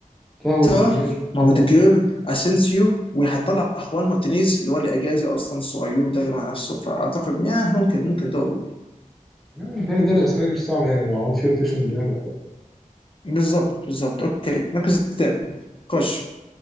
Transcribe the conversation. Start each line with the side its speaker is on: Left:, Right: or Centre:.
Centre: طه وروديجير
Left: تراه مع
Centre: حلو
Left: اوديجير اسينسيو وهتطلع اخوان مارتينيز اللي هو الاجازي اصلا الصغير ده مع نفسه فاعتقد ياه ممكن ممكن دوري
Centre: يعني كان الدوري الاسباني مش صعب يعني لو عملت فيه روتيشن الدنيا هتبقى تمام
Left: بالظبط بالظبط اوكي المركز الثامن خش